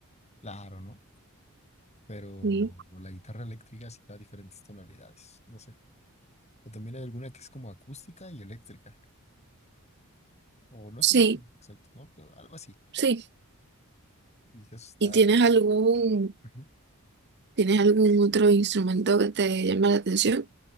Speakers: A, on the left; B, on the right.
A: claro, ¿no? Pero
B: sí,
A: la guitarra eléctrica sí da diferentes tonalidades, no sé. O también hay alguna que es como acústica y eléctrica. O no
B: sí,
A: estoy muy seguro exacto, ¿no? Pero algo así.
B: sí.
A: Y eso está...
B: ¿Y tienes algún,
A: Ujú.
B: tienes algún otro instrumento que te llama la atención?